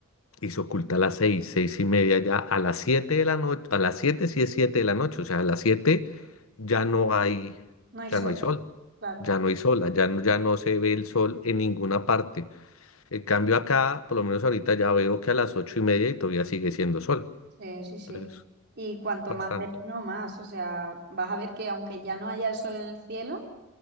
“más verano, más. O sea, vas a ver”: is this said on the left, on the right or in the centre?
Right